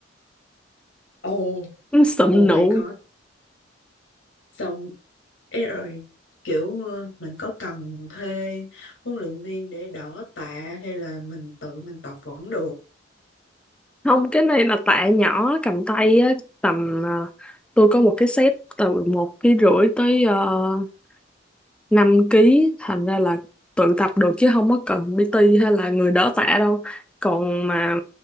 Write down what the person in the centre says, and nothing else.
<laughs> sụm
nụ
Không, cái này là tạ nhỏ cầm tay á, tầm ờ, tôi có một cái set từ một ký rưỡi tới uh, 5 ký, thành ra là tự tập được chứ không có cần PT hay là người đỡ tạ đâu. Còn mà